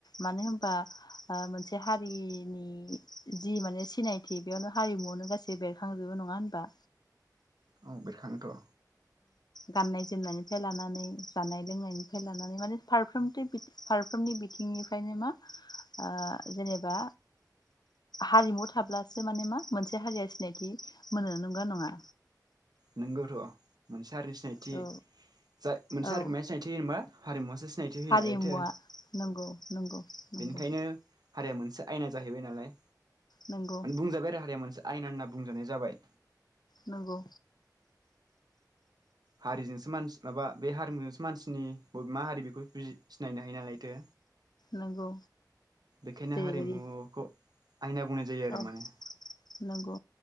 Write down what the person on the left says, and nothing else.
मानो होनबा मोनसे हारिनि जि मानि सिनायथि बेयावनो हारिमुवानो बेरखां जोबो नङा होनबा?
गाननाय जोमनायनिफ्राय लानानै जानाय लोंनायनिफ्राय लानानै माने फारफ्रोमथि फारफ्रोमनि बिथिंनिफ्रायनो मा ओ जेनेबा हारिमु थाब्लासो माने मा मोनसे हारिया सिनायथि मोनो। नंगौ ना नङा?
औ
औ
हारिमुवा
नंगौ नंगौ नंगौ
नंगौ
नंगौ
नंगौ
जेरैबायदि
औ
नंगौ